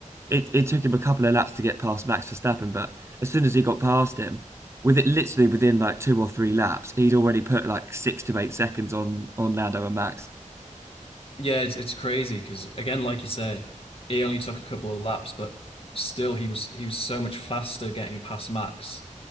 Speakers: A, on the right; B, on the left.
A: it, it took him a couple of laps to get past Max Verstappen, but as soon as he got past him, with it literally within like two or three laps, he'd already put like six to eight seconds on on Lando and Max.
B: Yeah, it's it's crazy because again, like you say, he only took a couple of laps, but still he was he was so much faster getting past Max